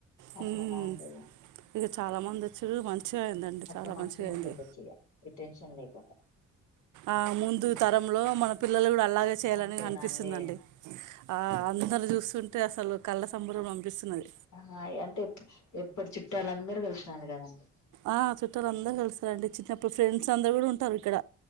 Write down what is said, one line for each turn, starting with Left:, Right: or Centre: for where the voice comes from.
Right: హ్మ్మ్
Left: అట్లనా అండి
Right: చాలా మంది వచ్చారు మంచి మంచిగాయిందండి
Left: అట్లా
Right: చాలా మంచిగా అయింది
Left: ఉంటుండొచ్చు ఇగ ఏ టెన్షన్ లేకుండా
Right: ఆహా ముందు తరంలో మన పిల్లలు కూడా అలాగే చేయాలని
Left: అంతేనా
Right: అనిపిస్తుందిండి
Left: అండి
Right: ఆ అందరు చూస్తు తే అసలు కళ్ళ సంబరం పంపిస్తున్నది
Left: ఆహా అంటే ఎప్- ఎప్పటి చుట్టాలందరూ కలిసినారు కదండి
Right: ఆ చూట్టలు అందరు కలుస్తారండి చిన్నప్పుడు ఫ్రెండ్ అందర కూడా ఉంటారు ఇక్కడ